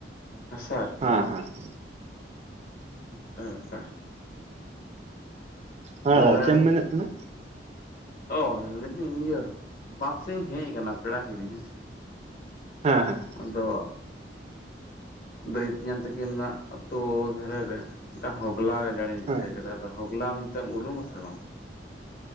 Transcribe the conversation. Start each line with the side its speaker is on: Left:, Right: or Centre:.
Left: ᱦᱟᱥᱟ ᱟᱨᱠᱤ
Right: ᱦᱮᱸ ᱦᱮᱸ ᱦᱮᱸ᱾
Left: ᱦᱩᱸ, ᱚᱱᱠᱟ ᱵᱮᱯᱟᱨ
Right: ᱦᱮᱸ
Left: ᱛᱟᱦᱚᱞᱮ
Right: ᱫᱟᱜ, ᱪᱮᱫ ᱮᱢ ᱢᱮᱱᱮᱫ ᱛᱟᱸᱦᱮᱱᱟ?
Left: ᱚ, ᱞᱟᱹᱭᱫᱟᱹᱧ ᱤᱭᱟᱹ ᱵᱟᱸᱫᱽ ᱥᱮᱫ ᱤᱧ ᱦᱮᱡ ᱟᱠᱟᱱᱟ ᱯᱮᱲᱟ ᱦᱤᱨᱤ ᱦᱮᱸᱥᱮ᱾
Right: ᱦᱮᱸ
Left: ᱟᱫᱚ ᱫᱟᱹᱭ ᱛᱤᱧᱟᱝ ᱛᱟᱹᱠᱤᱱᱟᱜ ᱟᱛᱳ ᱫᱷᱟᱨᱮ ᱨᱮ ᱢᱤᱫᱴᱟᱝ ᱦᱚᱜᱽᱞᱟ ᱜᱟᱡᱟᱲ ᱤᱧ ᱫᱤᱥᱟᱹ
Right: ᱦᱮᱸ
Left: ᱠᱮᱫᱟ ᱟᱫᱚ ᱦᱚᱜᱽᱞᱟ ᱢᱮᱱᱛᱮᱫ ᱩᱨᱩᱢ ᱟᱥᱮ ᱵᱟᱝ?